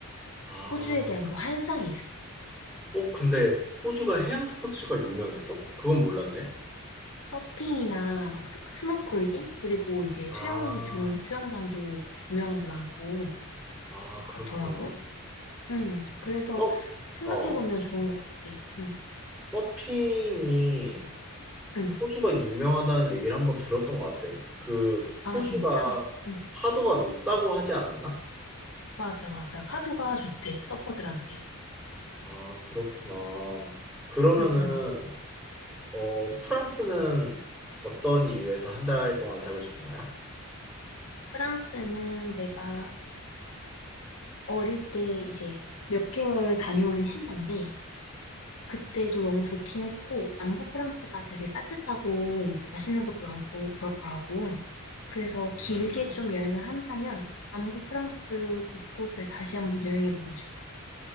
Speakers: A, in the centre; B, on the left.
A: 아,
B: 호주에 대한 그 환상이 있어.
A: 어, 근데 호주가 해양 스포츠가 유명했어? 그건 몰랐네.
B: 서핑이나 막 스, 스노클링? 그리고 이제
A: 아,
B: 수영하기 좋은 수영장도 유명한 데 많고
A: 아,
B: 그렇더라고.
A: 그렇구나.
B: 응, 그래서
A: 서,
B: 생각해보면
A: 어,
B: 좋은 것 같아. 응,
A: 서핑이
B: 응.
A: 호주가 유명하다는 얘기를 한번 들었던 것 같아. 그
B: 아,
A: 호주가
B: 진짜? 응,
A: 파도가 높다고 하지 않았나?
B: 맞아, 맞아. 파도가 좋대, 서퍼들한테.
A: 아, 그렇구나. 그러면은
B: 응, 응.
A: 어, 프랑스는 어떤 이유에서 한 달 동안 살고 싶은 거야?
B: 프랑스는 내가 어릴 때 이제 몇 개월 다녀오긴 했는데 그때도 너무 좋긴 했고, 남부 프랑스가 되게 따뜻하고 맛있는 것도 많고 그렇더라고. 그래서
A: 음.
B: 길게 좀 여행을 한다면 남부 프랑스 곳곳을 다시 한번 여행해보고 싶어.